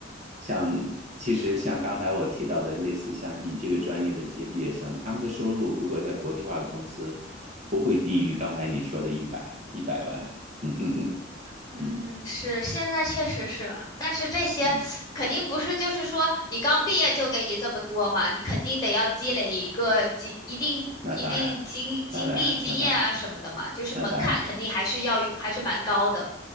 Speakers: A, on the right (about 35°); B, on the left (about 20°).
A: 像其实像刚才我提到的，类似像你这个专业的一些毕业生，他们的收入如果在国际化的公司，不会低于刚才你说的一百一百万。<laughs> 嗯嗯嗯
B: 嗯，
A: 嗯
B: 是，现在确实是，但是这些肯定不是，
A: 嗯，
B: 就是说你刚毕业就给你这么多嘛，你肯定得要积累一个几一定一定经经历经验啊什么的嘛，
A: 那当然，那当然，那当然，
B: 就是门槛肯定还是要有还是蛮高的。
A: 那当然，